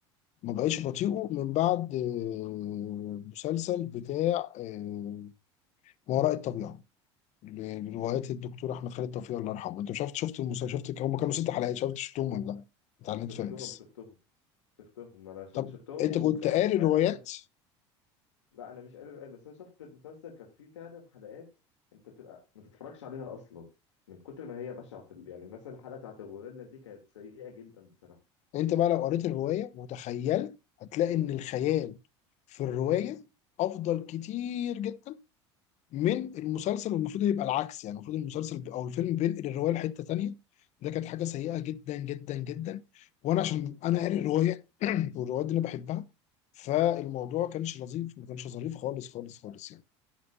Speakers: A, on the left; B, on the left.
A: ما بقيتش بطيئه من بعد آه، مسلسل بتاع آه، ما وراء الطبيعه ل- لروايات الدكتور احمد خالد توفيق الله يرحمه انت مش عارف شفت المسلسل شفت هم كانوا ست حلقات شفت شفتهم ولا لا بتاع نتفليكس
B: شفتهم شفتهم شفتهم انا ش-
A: طب
B: شفتهم
A: انت
B: وفعلا
A: كنت قاري روايات
B: كف لا انا مش قادر أقول، بس انا شفت المسلسل كان فيه فعلا حلقات انت بتبقى ما تتفرجش عليها اصلا من كتر ما هي بشعه في ال... يعني مثلا الحلقه بتاعت الغوريلا دي كانت سيئه جدا بصراحه
A: انت بقى لو قريت الروايه وتخيلت هتلاقي ان الخيال في الروايه افضل كتير جدا من المسلسل والمفروض يبقى العكس يعني المفروض المسلسل ب- او الفيلم بينقل الروايه لحته تانيه ده كانت حاجه سيئه جدا جدا جدا وانا عشان انا قاري الروايه <clears throat> والروايات دي انا بحبها فالموضوع كانش لطيف ما كانش ظريف خالص خالص خالص يعني